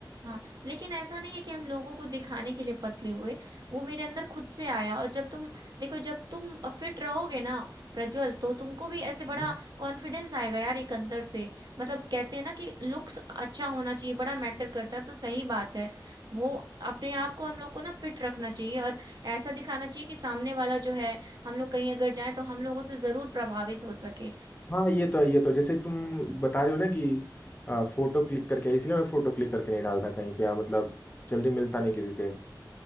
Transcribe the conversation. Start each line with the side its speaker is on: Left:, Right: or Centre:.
Right: हाँ लेकिन ऐसा नहीं है कि हम लोगों को दिखाने के लिए पतले हुए वो मेरे अंदर खुद से आया और जब तुम देखो जब तुम फिट रहोगे ना प्रज्वल तो तुमको भी
Left: हाँ
Right: ऐसे बड़ा कॉन्फिडेंस आएगा यार एक अंदर से मतलब कहते हैं ना कि लुक्स अच्छा होना चाहिए बड़ा मैटर करता है तो सही बात है वो अपने आप को हम लोग को ना फिट रखना चाहिए और ऐसा दिखाना चाहिए कि सामने वाला जो है हम लोग कहीं अगर जाए तो हम लोगों से जरूर प्रभावित हो सके
Left: हाँ, ये तो है ये तो जैसे तुम बता रहे हो ना कि आ, फोटो क्लिक करके इसलिए मैं फोटो क्लिक करके नहीं डालता कहीं पे आ, मतलब जल्दी मिलता नहीं किसी से आ,